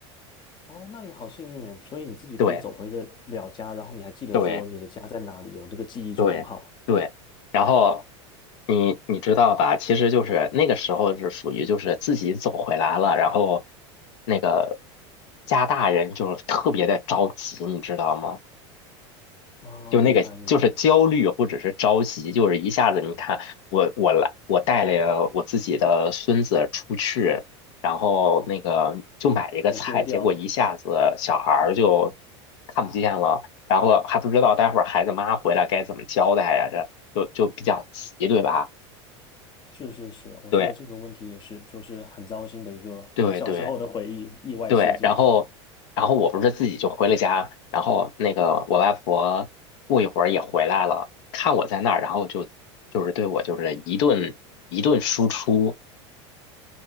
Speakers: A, on the left; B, on the left.
A: 哦，那你好幸运呀，所以你自己可以走回的了家，
B: 对
A: 然后你还记得说你的家在哪里，
B: 对
A: 有这个记忆就很好。
B: 对对，然后你你知道吧？其实就是那个时候是属于就是自己走回来了，然后那个家大人就是特别的着急，你知道吗？
A: 啊，
B: 就那个就是焦虑或者是着急，
A: 明白明白，
B: 就是一下子你看我我来我带了我自己的孙子出去，然后那个就买了一个菜，
A: 有丢掉，
B: 结果一下子小孩儿就看不见了，然后还不知道待会儿孩子妈回来该怎么交代呀，这就就比较急，对吧？
A: 是是是，我觉得这个问题也是，
B: 对
A: 就是很糟心的一个小时候的回忆，
B: 对对。
A: 意外事件，
B: 对，然后，然后我不是自己就回了家，然后那个我外婆过一会儿也回来了，看我在那儿，然后就就是对我就是一顿一顿输出，